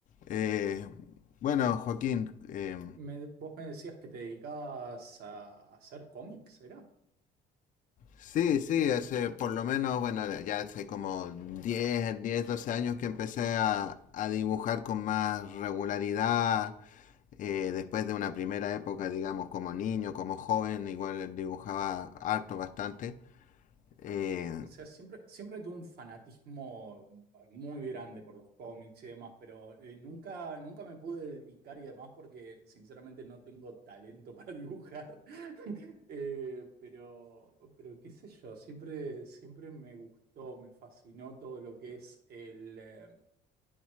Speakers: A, on the left (about 50°); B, on the right (about 65°).
A: Eh, bueno, Joaquín, eh,
B: Me- vos me decías que te dedicabas a hacer cómics, ¿era?
A: sí, sí, hace por lo menos, bueno, ya hace como diez, 10, 12 años que empecé a, a dibujar con más regularidad. eh, después de una primera época, digamos, como niño, como joven, igual dibujaba harto, bastante. Eh,
B: O sea, siempre, siempre tuve un fanatismo eh, muy grande por los cómics y demás, pero eh, nunca, nunca me pude dedicar y demás porque sinceramente no tengo talento para dibujar. <laughs> Eh, pero, pero qué sé yo, siempre, siempre me gustó, me fascinó todo lo que es el, eh,